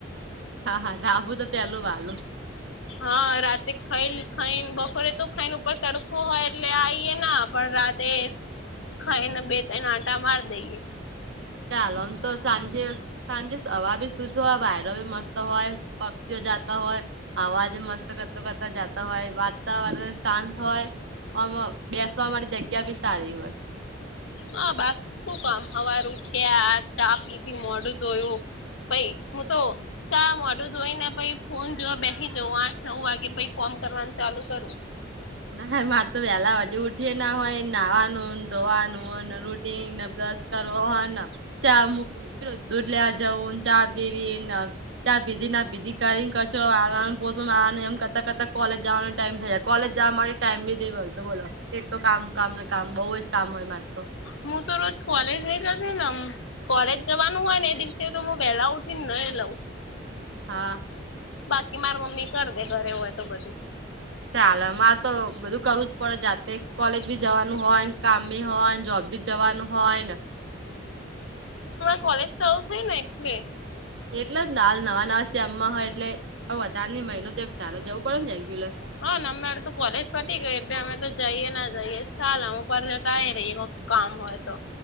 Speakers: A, on the right (about 65°); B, on the left (about 85°).
A: હા હા! ઘાબુ તો પેલું વાલો.
B: હા! રાતે ખાઈ ખાઈ બપોરે તો ખાઈને ઉપર તડખો હોય. એટલે આઈએ ના પણ રાત. તે ખાઈને બે ત એને આટા મારી દઈએ.
A: ચાલો. આમ તો સાંજે સાંજે હવા બી શુદ્ધ હોય વાયરો બી મસ્ત હોય. જો જાતા હોય. અવાજ મસ્ત કરતો કરતા જતા હોય. વાતાવરણ શાંત હોય. અમ બેસવા માટે જગ્યા બી સારી હોય.
B: <inaudible> હા બા શું કામ હવારુ કે આ ચા પીધી મોડું જોયું... પઈ હું તો... ચા મોઢું ધોઈ ને પછી ફોન જોવા બેસી જવું આઠ નવ વાગે પછી કોમ કરવાનું ચાલુ કરવું.
A: હા મારે તો વહેલા હજુ ઉઠી ના હોય નાહવાનુંને ધોવાનું... રૂટીન ના બસ કરો હ ચા મુખ... <unintelligible> દૂધ લેવા જઉ ચા પીવી <unintelligible> ચા પીધી ના પીધી કરીને કરો પો એમ કરતા કરતા કોલેજ જવાનો ટાઈમ થઈ જાય કોલેજ... જા મારી ટાઈમ બી દે મળતો બોલો એટું કામ કામ ને કામ બહુ જ કામ હોય મારે તો.
B: હું તો રોજ કોલેજ નહિ જતીને અમ કોલેજ જવાનું હોય ને એ દિવસે તો હું વહેલા ઉઠી ને નાઈ લવુ.
A: હા.
B: બાકી મારી મમ્મી કરી દે ઘરે હોય તો બધું.
A: ચાલ મારે તો બધું કરવું જ પડે જાત કોલેજ બી જવાનું હોય, ને કામ બી હોય જોબ બી જવાનું હોય ને
B: કોલેજ ચાલુ થઇ એટલે
A: એટલે જ ને હાલ નવા નવા છે, આમમાં હોય એટલે વધારેની મહિનો તો એક તારા જવું પડે ને રેગ્યુલર
B: <unintelligible> કામ હોય તો